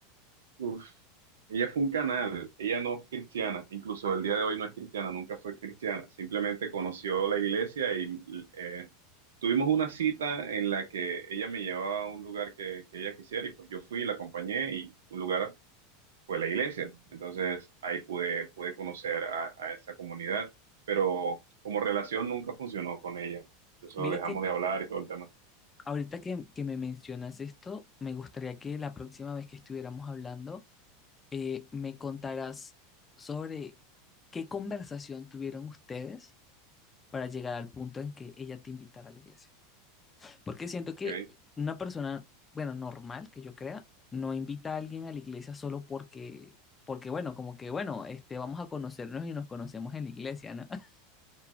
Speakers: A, on the right; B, on the left.
A: <laughs> Ella fue un canal, ella no es cristiana, incluso el día de hoy no es cristiana, nunca fue cristiana, simplemente conoció la iglesia y eh, tuvimos una cita en la que ella me llevaba a un lugar que, que ella quisiera y pues yo fui, la acompañé y un lugar fue la iglesia. Entonces ahí pude, pude conocer a, a esa comunidad, pero como relación nunca funcionó con ella. Eso
B: Mira
A: dejamos
B: que
A: de hablar y todo el tema.
B: Ahorita que, que me mencionas esto, me gustaría que la próxima vez que estuviéramos hablando, eh, me contarás sobre qué conversación tuvieron ustedes para llegar al punto en que ella te invitara a la iglesia. Porque siento que
A: ¿ok?
B: una persona, bueno, normal que yo crea, no invita a alguien a la iglesia solo porque, porque bueno, como que, bueno, este, vamos a conocernos y nos conocemos en la iglesia, ¿no? <laughs>